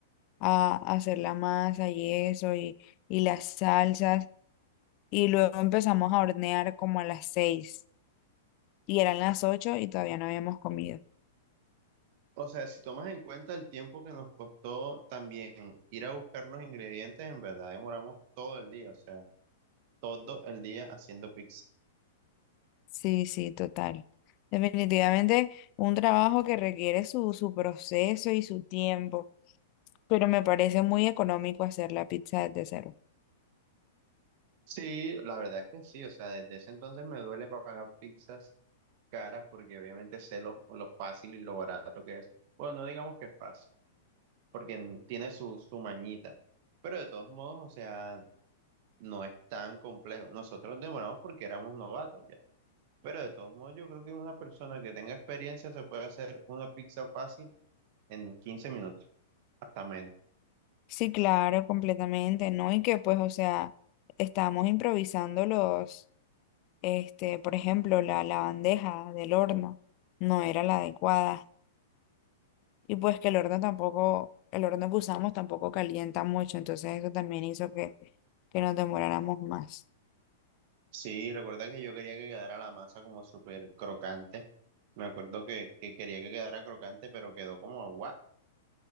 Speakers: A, on the left; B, on the right.
A: a hacer la masa y eso y, y las salsas. Y luego empezamos a hornear como a las seis. Y eran las ocho y todavía no habíamos comido.
B: O sea, si tomas en cuenta el tiempo que nos costó también ir a buscar los ingredientes, en verdad demoramos todo el día, o sea, todo el día haciendo pizza.
A: Sí, sí, total. Definitivamente un trabajo que requiere su, su proceso y su tiempo. Pero me parece muy económico hacer la pizza desde cero.
B: Sí, la verdad es que sí, o sea, desde ese entonces me duele pa- pagar pizzas caras porque obviamente sé lo, lo fácil y lo barato que es. Bueno, no digamos que es fácil, porque en- tiene su, su mañita, pero de todos modos, o sea, no es tan complejo. Nosotros demoramos porque éramos novatos ya. Pero de todos modos, yo creo que una persona que tenga experiencia se puede hacer una pizza fácil en 15 minutos, hasta menos.
A: Sí, claro, completamente, ¿no? Y que pues, o sea, estábamos improvisando los, este, por ejemplo, la, la bandeja del horno no era la adecuada. Y pues que el horno tampoco, el horno que usamos tampoco calienta mucho, entonces eso también hizo que, que nos demoráramos más.
B: Sí, recuerda que yo quería que quedara la masa como súper crocante. Me acuerdo que, que quería que quedara crocante, pero quedó como agua.